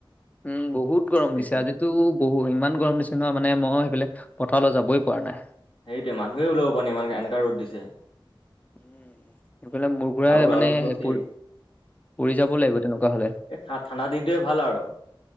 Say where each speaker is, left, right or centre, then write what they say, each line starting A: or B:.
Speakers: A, on the left; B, on the left.
A: উম বহুত গৰম
B: সেইটোৱে
A: দিছে আজিতো
B: কথা
A: বহু ইমান গৰম দিছে নহয় মানে মই সেইফালে। পথাৰলৈ যাবই পৰা নাই।
B: সেইটোৱে মানুহে ওলাব পৰা নাই ইমানে এনেকা ৰ'দ দিছে।
A: উ সেইফালে মোৰ ঘুৰাই
B: আৰু
A: মানে
B: আৰুতো
A: সেই
B: আছেই
A: পৰ পৰি যাব লাগিব তেনেকুৱা হ'লে।
B: এই ঠাণ্ডা দিনটোৱে ভাল আৰু